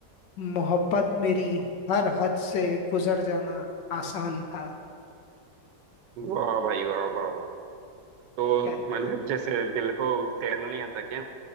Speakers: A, on the left; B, on the right.
A: मोहब्बत मेरी हर हद से गुजर जाना आसान था
B: वाह भाई वाह वाह वाह तो
A: क्या
B: मतलब जैसे दिल को तैरना नहीं आता क्या